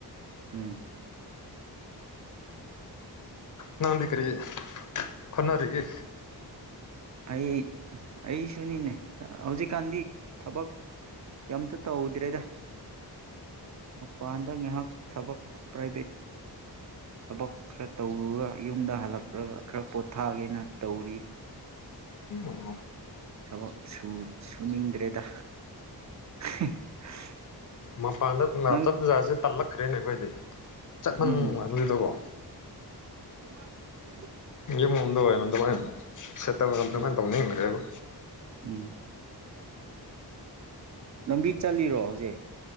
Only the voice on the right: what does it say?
ꯎꯝ
ꯑꯩ ꯑꯩꯁꯨꯅꯤꯅꯦ ꯍꯧꯖꯤꯛꯀꯥꯟꯗꯤ ꯊꯕꯛ ꯀꯩꯝꯇ ꯇꯧꯗ꯭ꯔꯦꯗ꯫ ꯃꯄꯥꯟꯗ ꯉꯥꯏꯍꯥꯛ ꯊꯕꯛ ꯄ꯭ꯔꯥꯏꯚꯦꯠ ꯊꯕꯛ ꯈꯔ ꯇꯧꯔꯨꯔ ꯌꯨꯝꯗ ꯍꯜꯂꯛꯔꯒ ꯈꯔ ꯄꯣꯊꯥꯒꯦꯅ ꯇꯧꯔꯤ꯫
ꯊꯕꯛ ꯁꯨ ꯁꯨꯅꯤꯡꯗ꯭ꯔꯦꯗ꯫ <unintelligible>
ꯅꯪ
ꯎꯝ
<unintelligible>
ꯎꯝ
ꯎꯝ ꯂꯝꯕꯤ ꯆꯜꯂꯤꯔꯣ ꯍꯧꯖꯤꯛ꯫